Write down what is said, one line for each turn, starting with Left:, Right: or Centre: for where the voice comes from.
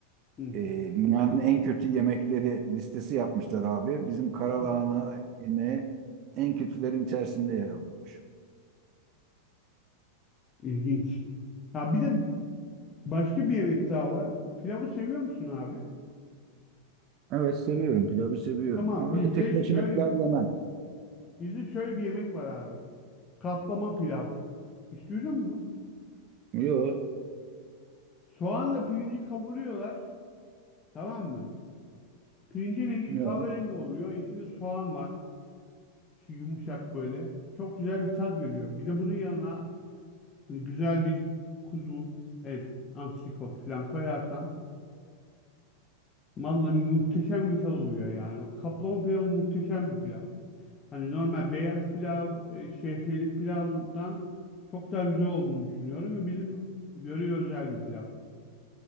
Left: Hı,
Right: E, dünyanın en kötü yemekleri listesi yapmışlar abi. Bizim karalahana
Left: vallahi.
Right: yemeği en kötülerin içerisinde yer alıyormuş.
Left: İlginç. Ya bir de Başka bir yemek daha var. Pilavı seviyor musun abi?
Right: Evet seviyorum pilavı seviyorum
Left: Tamam
Right: ama
Left: bizde
Right: öyle tek
Left: şöyle
Right: başına pilav
Left: bir
Right: yemem.
Left: bizde şöyle bir yemek var abi. Kaplama pilav. Hiç duydun mu?
Right: Yok.
Left: Soğanla pirinci kavuruyorlar. Tamam mı? Pirincin rengi
Right: Yok.
Left: kahverengi oluyor. İçinde soğan var. Şu yumuşak böyle. Çok güzel bir tat veriyor. Bir de bunun yanına hani güzel bir kuzu et, antrikot falan koyarsan vallahi muhteşem bir tat oluyor yani. O kaplama pilavı muhteşem bir pilav. Hani normal beyaz pilav, e, şehriyelik pilavdan çok daha güzel olduğunu düşünüyorum ve bizim yöreye özel bir pilav.